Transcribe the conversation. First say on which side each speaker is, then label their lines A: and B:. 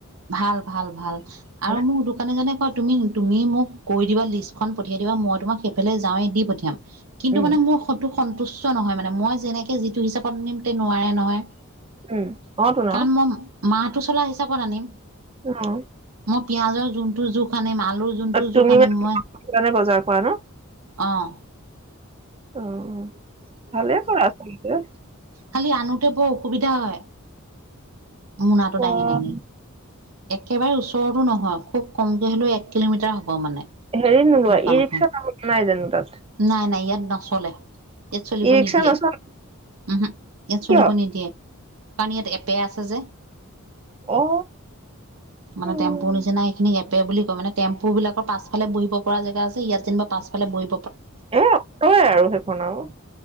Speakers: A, on the right; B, on the right.
A: ভাল ভাল ভাল
B: হয়নে
A: আৰু মোৰ দোকানী জনে তুমি তুমি মোক কৈ দিবা লিষ্টখন পঠিয়াই দিবা মই তোমাক সেইফালে যাই দি পঠিয়াম কিন্তু
B: উম
A: মানে মোৰ কটো সন্তুষ্ট নহয় মানে মই যেনে তে যিটো হিচাপত নিব নোৱাৰে নহয়
B: উম অহ তোঁ ন
A: কাৰণ মই মাহটো চলা হিচাপত আনিম
B: অ
A: মই পিয়াজৰ যোনটো জোখ আনে মাল আলু যোনটো
B: অ তুমি
A: জোখ আনিম
B: মানে
A: মই
B: সেইটো কাৰণে বজাৰ কৰা
A: অহ
B: উমহ ভালে কৰা আছেছে <unintelligible>
A: খালি আনোতে বৰ অসুবিধা। এতিয়া। মোনাটো
B: অ'
A: দাঙি দাঙি একেবাৰে ওচ ওচৰৰতটো নহয় খুব কমকৈ হ'লেও এক কিলোমিটাৰ হ'ব মানে।
B: হেৰি নোলোৱা
A: দোকানখন
B: ই ৰিক্সা নাই জানো তাত।
A: নাই নাই ইয়াত নচলে। ইয়াত চলিব
B: ই ৰিক্সা
A: নিদিয়ে।
B: নচলা
A: উমহো ইয়াত চলিব
B: কিয়
A: নিদিয়ে কাৰণ ইয়াত এপে আছে যে।
B: অ'
A: মানে
B: উম
A: টেম্পুৰ নিচিনা সেইখিনি এপে বুলি কয় মানে টেম্পু বিলাকৰ পাছফালে বহিব পৰা জেগা আছে ইয়াত যেনিবা পাছফালে বহি
B: এ অট আৰু সেইখন আৰু।